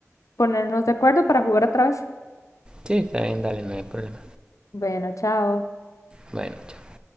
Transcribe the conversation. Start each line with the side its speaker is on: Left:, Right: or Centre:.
Left: ponernos de acuerdo para jugar otra vez.
Right: Sí, está bien, dale, no hay problema.
Left: Bueno, chao.
Right: Bueno, chao.